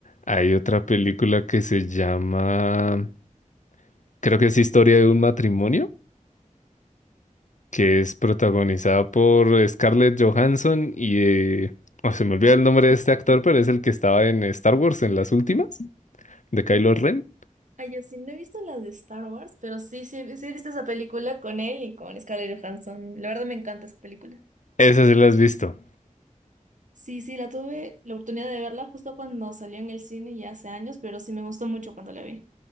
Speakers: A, on the left; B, on the right.
A: hay otra película que se llama, creo que es Historia de un matrimonio, que es protagonizada por Scarlett Johansson y, eh, oh, se me olvida el nombre de este actor, pero es el que estaba en Star Wars en las últimas, de Kylo Ren.
B: Ay, yo sí, no he visto las de Star Wars, pero sí, sí, sí he visto esa película con él y con Scarlett Johansson. La verdad me encanta esa película.
A: Esa sí la has visto.
B: Sí, sí, la tuve la oportunidad de verla justo cuando salió en el cine ya hace años, pero sí me gustó mucho cuando la vi.